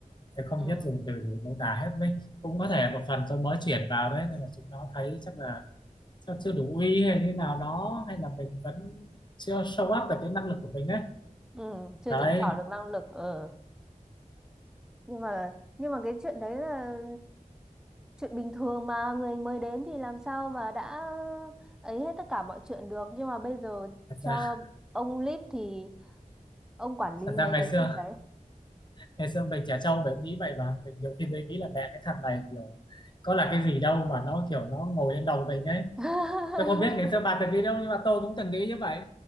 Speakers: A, on the left; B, in the centre.
A: tôi không
B: Ừ,
A: biết dùng từ gì mô tả hết với cũng có thể một phần do mới chuyển vào đấy nên là chúng nó thấy chắc là chắc chưa đủ uy hay như nào đó hay là mình vẫn chưa show up được cái năng lực của mình đấy
B: ừ, chưa
A: đấy
B: chứng tỏ được năng lực. Ờ. Nhưng mà nhưng mà cái chuyện đấy là chuyện bình thường mà người mới đến thì làm sao mà đã ấy hết tất cả mọi chuyện được. Nhưng mà bây giờ
A: thật
B: cho
A: ra
B: ông lead thì ông quản lý
A: thật
B: mấy
A: ra ngày
B: cái
A: xưa
B: team đấy.
A: ngày xưa mình trẻ trâu mình nghĩ vậy mà mình nhiều khi mình nghĩ là mẹ cái thằng này kiểu có là cái gì đâu mà nó kiểu nó ngồi lên đầu mình ấy
B: <laughs>
A: tôi không biết ngày xưa bà từng nghĩ đâu nhưng mà tôi cũng từng nghĩ như vậy